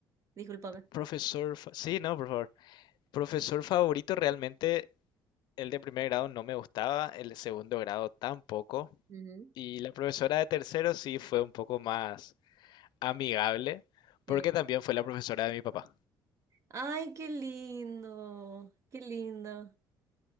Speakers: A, on the right; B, on the left.
A: Discúlpame.
B: profesor, fa- sí, no, por favor. Profesor favorito realmente, el de primer grado no me gustaba, el de segundo grado tampoco,
A: Ujú,
B: y la profesora de tercero sí fue un poco más amigable, porque
A: Sí.
B: también fue la profesora de mi papá
A: Ay, qué lindo, qué lindo.